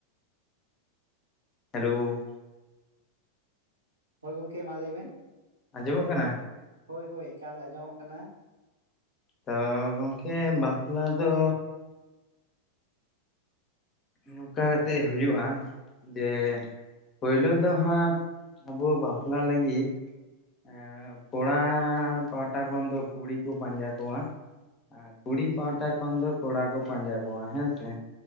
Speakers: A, on the left; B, on the right.
A: ᱦᱮᱞᱳ!
B: ᱦᱳᱭ ᱜᱚᱝᱠᱮ ᱢᱟ ᱞᱟᱹᱭ ᱵᱮᱱ?
A: ᱟᱸᱡᱚᱢᱚᱜ ᱠᱟᱱᱟ?
B: ᱦᱳᱭ ᱦᱳᱭ ᱮᱠᱟᱞ ᱟᱸᱡᱚᱢᱚᱜ ᱠᱟᱱᱟ ᱾
A: ᱛᱚ ᱜᱚᱝᱠᱮ ᱵᱟᱯᱞᱟ ᱫᱚ, ᱱᱚᱝᱠᱟ ᱠᱟᱛᱮᱜ ᱦᱩᱭᱩᱜᱼᱟ ᱡᱮ ᱯᱳᱭᱞᱳ ᱫᱚ ᱦᱟᱸᱜ ᱟᱵᱚ ᱵᱟᱯᱞᱟ ᱞᱟᱹᱜᱤᱫ ᱮᱸ ᱠᱚᱲᱟᱻ ᱯᱟᱦᱴᱟ ᱠᱷᱚᱱ ᱫᱚ ᱠᱩᱲᱤ ᱠᱚ ᱯᱟᱸᱡᱟ ᱠᱚᱣᱟ ᱾ ᱟᱸ ᱠᱩᱲᱤ ᱯᱟᱦᱴᱟ ᱠᱷᱚᱱ ᱫᱚ ᱠᱚᱲᱟ ᱠᱚ ᱯᱟᱸᱡᱟ ᱠᱚᱣᱟ ᱾ ᱦᱮᱸ ᱥᱮ,